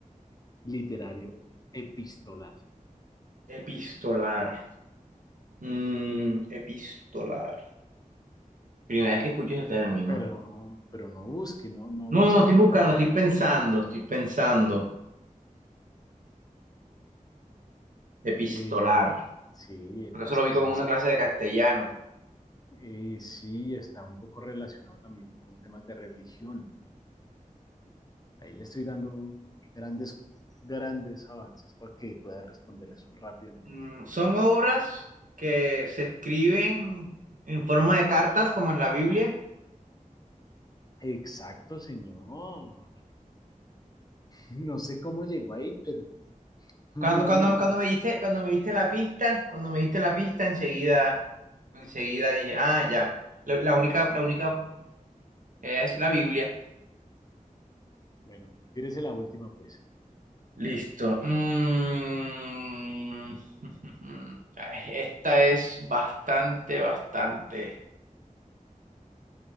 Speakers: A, on the left (about 30°); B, on the right (about 70°).
A: literario epistolar.
B: Epistolar. Mm, epistolar. Primera vez que escucho ese término.
A: Pero, pero no busque, no, no
B: No,
A: busque
B: no, no, estoy
A: en
B: buscando,
A: internet.
B: estoy pensando, estoy pensando. Epistolar.
A: Eh, sí, epistolar.
B: Porque eso lo vi como en una clase de castellano.
A: eh, sí, está un poco relacionado también con temas de religión. Ahí le estoy dando grandes, grandes avances para que pueda responder eso rápidamente.
B: Mm, son obras que se escriben en forma de cartas, como en la Biblia.
A: Exacto, señor. <laughs> No sé cómo llegó ahí, pero muy
B: Cuando,
A: bien.
B: cuando, cuando me diste, cuando me diste la pista, cuando me diste la pista, enseguida, enseguida dije, ah, ya. La, la única, la única eh, es la Biblia.
A: Bueno, tírese la última, pues.
B: Listo. Mm. <laughs> Ay, Esta es bastante, bastante.